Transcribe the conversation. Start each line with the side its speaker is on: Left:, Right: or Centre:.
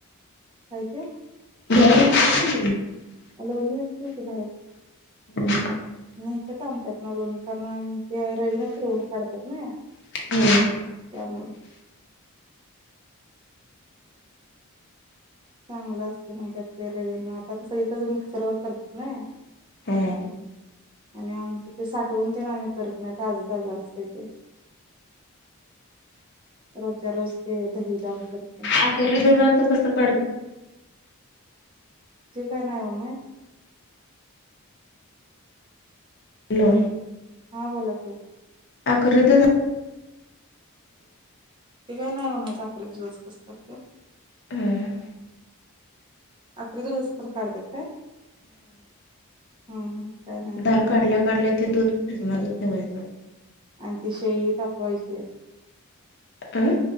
Right: अय ते
Left: बर
Right: बाहेर
Left: लोणी
Right: नाही आमच्यातन लोणी कारण आणि ते रवीना फिरवून काढतात ना
Left: हम्म
Right: त्यामुळून चांगलं असते माझ्या ते रवीन आता कसं इ कच मिक्सरवर करतात ना
Left: हम्म
Right: आणि आमचं ते साठवून ते ना आम्ही करत नाही ताज ताज असत ते रोजच्या रोज ते दही लावून करते
Left: आख दुधच कस काढत
Right: त का ना म
Left: हॅलो
Right: हा बोलाक
Left: आकर्त
Right: ते काय नाही हो मायख जज कसं करत
Left: हम
Right: अकरी दुध च पण काढत्यात. हम्म हम्म काय नाही माहित
Left: थार काढल्या काढल्या ते दूध फ्रीज मध्ये. ठेवायचं वाटतं.
Right: आणि साई तापवायचची.
Left: अं